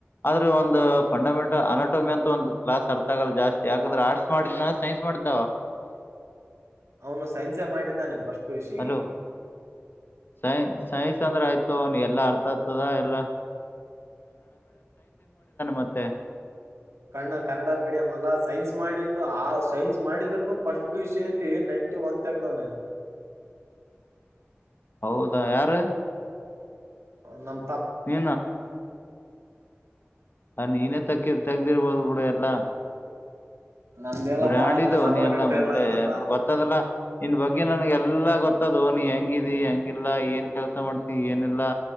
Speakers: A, on the left; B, on the right.
A: ಆದ್ರೆ ಒಂದು ಫಂಡಮೆಂಟಲ್ ಅನಾಟಮಿ ಅಂತ ಒಂದು ಕ್ಲಾಸ್ ಅರ್ತ ಆಗಲ್ಲ ಜಾಸ್ತಿ ಯಾಕಂದ್ರ ಆರ್ಟ್ಸ್ ಮಾಡಿದ್ನ ಪಡ್ದಾವ
B: ಹ್ಮ್ ಹ್ಮ ಅವನು ಸೈನ್ಸೆ ಮಾಡಿದ್ದಾನೆ ಫಸ್ಟ್ ವಿಷಯ
A: ಹಲೋ ಸೈ ಸೈನ್ಸ್ ಅಂದ್ರ ಆಯ್ತು ಅವ ಎಲ್ಲಾ ಅರ್ಥತ್ ತದಾ ಎಲ್ಲ ಮತ್ತೆ
B: ಕಣ್ಣ ಕನ್ನಡ ಮೀಡಿಯಂ ಅಲ್ಲ ಸೈನ್ಸ್ ಮಾಡಿದು ಆ ಸೈನ್ಸ್ ಮಾಡಿದ್ರನು ಫಸ್ಟ್ ಪೊಸಿಷಿಯಲ್ಲಿ ನೈಂಟಿ ಒನ್ ತೆಗ್ದಾನೆ
A: ಹೌದಾ ಯಾರು
B: ಹ ನಮ
A: ಇ ಹ ನೀನೇ ತಕ್ಕಿ ತೆಗ್ದಿರ್ಬೋದು ಬಿುಡ ಎಲ್ಲಾ
B: ನಂದೆಲ್ಲಪ್ಪಾ
A: ಗ್ರಾಡಿದು
B: ನಾನ್ ಅವಾಗ
A: ನೀ ಎಲ್ಲ
B: ಫೇಲ್
A: ಮೊದ್ಲೆೇ
B: ಆದ್ನಲ್ಲ
A: ನನ್ಗೆ ಗೊತ್ತದಲ್ಲಾ ಇನ್ ಬಗ್ಗೆ ನನ್ಗೆಲ್ಲಾ ಗೊತ್ತಾದ ಓ ನೀ ಹೆಂಗಿದಿ ಹೆಂಗಿಲ್ಲಾ ಏನ್ ಕೆಲ್ಸ ಮಾಡ್ತಿ ಏನಿಲ್ಲಾ